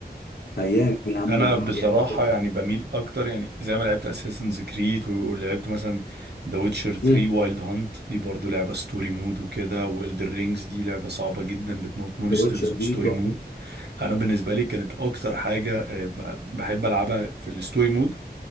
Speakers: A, on the left; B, on the right.
A: ايام يا عم
B: أنا
A: وح-
B: بصراحة
A: يعني بجد
B: يعني بميل أكتر يعني زي ما لعبت أساسنز كريد ولعبت مثلا ذا ويتشر 3
A: مم.
B: وايلد هانت دي برضو لعبة ستوري مود وكده وإلدر رينجز دي لعبة صعبة جدا بتموت مونسترز
A: ذا ويتشر
B: وستوري
A: دي تحفه
B: مود انا بالنسبه لي كانت اكتر حاجه آه، ب- بحب العبها في الستوري مود